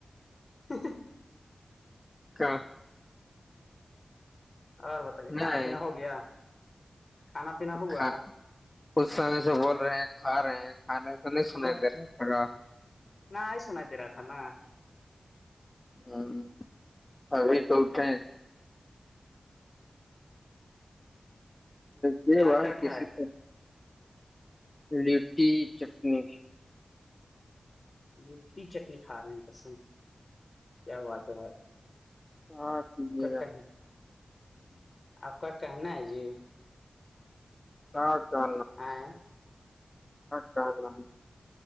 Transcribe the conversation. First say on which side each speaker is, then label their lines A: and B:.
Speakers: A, on the left (about 50°); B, on the left (about 25°).
A: س
B: کیا
A: اور بتجے کھانا
B: نہیں
A: پینا ہو گیا کھانا پینا
B: تو
A: ہوا
B: کھا کچ سمے سے بول رہے ہیں کھا رہے ہیں کھانے تو نہیں
A: مطلب
B: سنے دے رہا سگا
A: نہ آئیسو ندیاات نا
B: ہوں ابھی تو اٹھے دی
A: کیا
B: وک
A: کیا کھائے
B: ست لٹی چٹنی
A: میٹھی چٹنی کھا رہے ہیں کسم کیا بات ہے بھائی
B: ہاں کیھیک
A: آپ کا کہ آپ کا کہنا ہے جی
B: کیا کا
A: آئیں
B: کہنا ہے